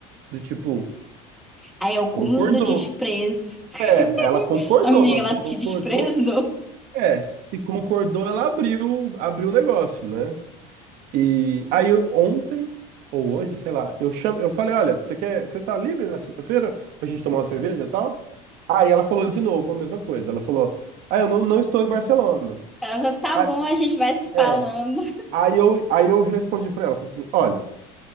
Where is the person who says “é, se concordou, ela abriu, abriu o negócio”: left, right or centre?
Right